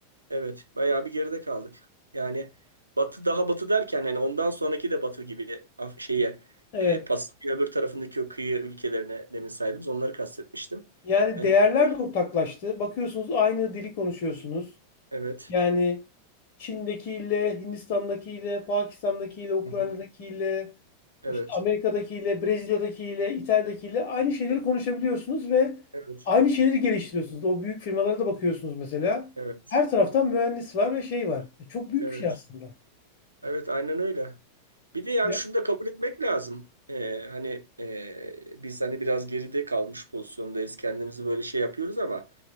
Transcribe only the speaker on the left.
Evet.
Yani
değerler
de ortaklaştı. Bakıyorsunuz aynı dili konuşuyorsunuz.
Yani Çin'dekiyle, Hindistan'dakiyle, Pakistan'dakiyle, Ukrayna'dakiyle,
işte Amerika'dakiyle, Brezilya'dakiyle, İtalya'dakiyle aynı şeyleri konuşabiliyorsunuz ve
aynı şeyleri geliştiriyorsunuz. O büyük firmalara da bakıyorsunuz mesela.
Her taraftan mühendis var ve şey var. E, çok büyük
bir şey aslında.
Ya,